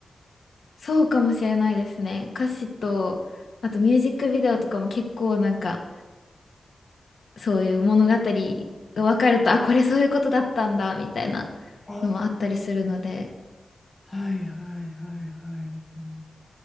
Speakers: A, on the left; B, on the left.
A: そうかもしれないですね。歌詞と、あとミュージックビデオとかも結構なんか、そういう物語が分かると、あ、これそういうことだったんだ、みたいな
B: ああ、
A: のもあったりするので、
B: はいはいはいはい。うん